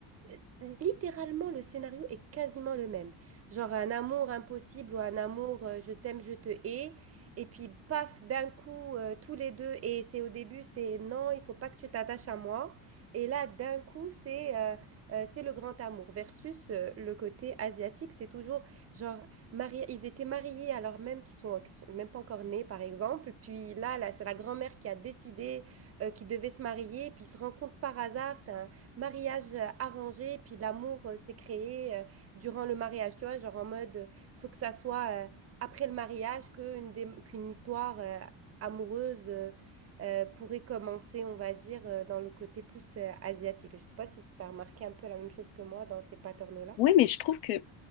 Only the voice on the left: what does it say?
ouais mais je trouve que